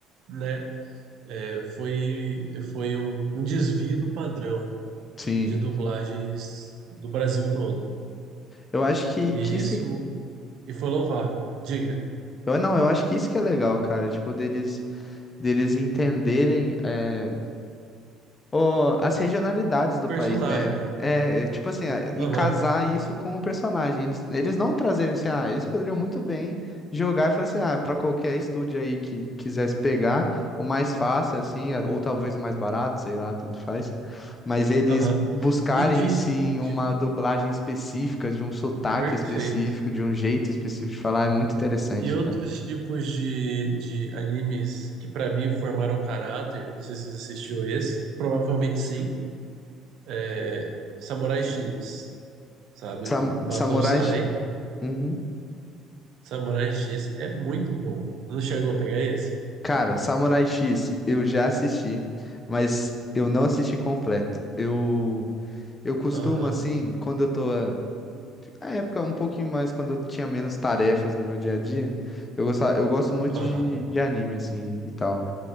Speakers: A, on the right (about 70°); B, on the left (about 30°).
A: né? é, foi foi um, um desvio do padrão
B: sim.
A: de dublagens do Brasil todo.
B: Eu acho que,
A: E
B: que isso
A: isso
B: é,
A: e foi louvável. Diga,
B: eu, não, eu acho que isso que é legal, cara. Tipo, deles, deles entenderem é, o- as regionalidades
A: o
B: do
A: personagem,
B: país, né?
A: né?
B: É, é, tipo assim, ah, e
A: Aham,
B: casar isso com o personagem. Eles, eles não trazerem assim, ah, eles poderiam muito bem jogar e falar assim, ah, pra qualquer estúdio aí que quisesse pegar, o mais fácil, assim, ah, ou talvez o mais barato, sei lá, tanto faz. Mas eles
A: aham.
B: buscarem,
A: E de,
B: sim,
A: de.
B: uma dublagem específica, de um sotaque
A: Perfeito.
B: específico, de um jeito específico de falar, é muito interessante,
A: E outros
B: cara.
A: tipos de, de animes que pra mim formaram caráter, eu não sei se você assistiu esse, provavelmente sim é, Samurai X, sabe?
B: Sam-
A: Batou
B: Samurai.
A: Sai,
B: Sh- Uhum.
A: Samurai X é muito bom. Não chegou a pegar esse?
B: Cara, Samurai X, eu já assisti, mas eu não assisti completo. Eu eu costumo
A: Aham,
B: assim, quando eu tô ah, na época um pouquinho mais quando eu tinha menos tarefas no meu dia a dia, eu gostava, eu gosto muito
A: aham,
B: de, de anime assim e tal.